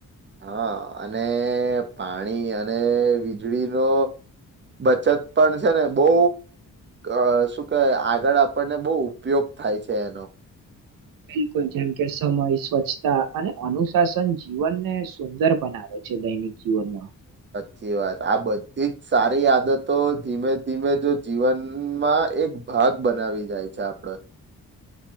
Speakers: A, on the right; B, on the right.
A: હા અને પાણી અને વીજળીનો બચત પણ છે, ને બહુ અ શું કેહેવાય, આગળ આપણને બહુ ઉપયોગ થાય છે, એનો
B: બિલકુલ, જેમ કે સમય સ્વચ્છતા, અને અનુશાસન જીવનને સુંદર બનાવે છે, દૈનિક શિવના
A: સી વાત, આ બધી જ સારી આદતો ધીમે, ધીમે જો જીવનમાં એક ભાગ બનાવી જાય છે, આપડે